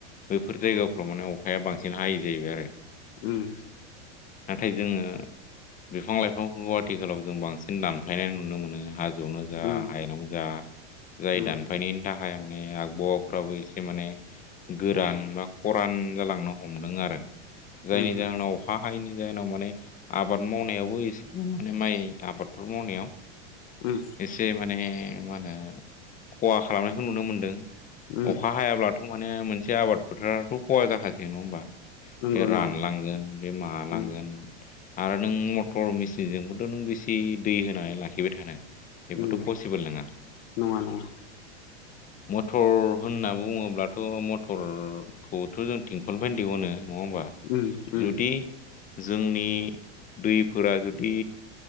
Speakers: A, on the left; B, on the left.
A: बैफोर जायगाफ्राव माने अखाया बांसिन हायो जाहैबाय आरो
B: ओम
A: नाथाय जोङो बिफां लाइफांफोरखौ आथिखालाव जों बांसिन दानफायनाय नुनो मोनो हाजो जौनो जा
B: उम
A: हायेनावनो जा जाय
B: उम
A: दानफायनायनि थाखाय माने आबहावाफ्राबो एसे माने गोरान बा खरान जालांनो हमदों आरो जायनि
B: उम
A: जाहोनाव अखा हायैनि जाहोनाव माने आबाद मावनायावबो एसे माने माइ आबादफोर मावनायाव
B: उम
A: एसे माने मा होनो खहा खालामनायखौ नुनो मोनदों
B: उम
A: अखा हायाब्लाथ माने मोनसे आबाद फोथाराथ खहा जाखासै नङा होमबा
B: नंगौ
A: बे रानलांगोन
B: नंगौ
A: बे मालांगोन
B: उम
A: आरो नों मटर मेसिनजोंबोथ नों बेसे दै होनानै लाखिबाय थानो बेबोथ
B: उम
A: पसिबोल नङा
B: नङा नङा
A: मटर होनना बुङोब्लाथ मटरखौथ जों थिंखलनिफ्राय दिहुनो नङा होनबा
B: उम उम
A: जुदि जोंनि दैफोरा जुदि